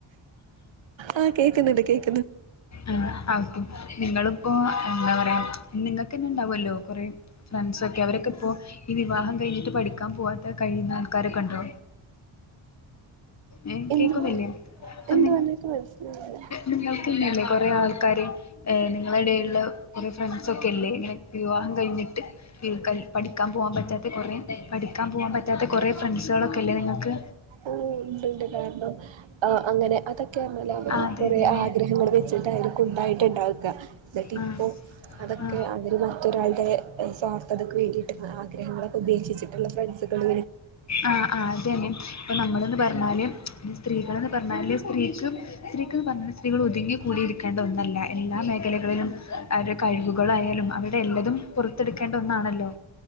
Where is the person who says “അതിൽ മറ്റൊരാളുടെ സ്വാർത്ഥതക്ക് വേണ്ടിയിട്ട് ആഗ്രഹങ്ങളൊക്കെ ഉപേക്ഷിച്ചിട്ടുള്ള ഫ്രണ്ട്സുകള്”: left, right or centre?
Right